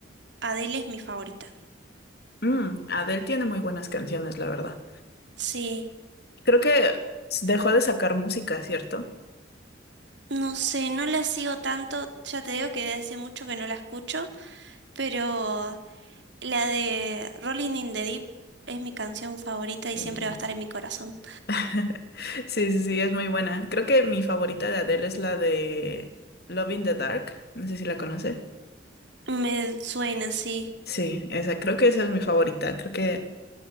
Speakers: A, on the right; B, on the left.
A: Adele es mi favorita.
B: Mm, Adele tiene muy buenas canciones, la verdad.
A: Sí,
B: Creo que dejó de sacar música, ¿cierto?
A: no sé, no la sigo tanto, ya te digo que de hace mucho que no la escucho, pero la de Rolling in the Deep es mi canción favorita y
B: Sí.
A: siempre va a estar en mi corazón.
B: <laughs> Sí, sí, sí, es muy buena. Creo que mi favorita de Adele es la de Love in the Dark. No sé si la conoce.
A: Me suena, sí.
B: Sí, esa, creo que esa es mi favorita. Creo que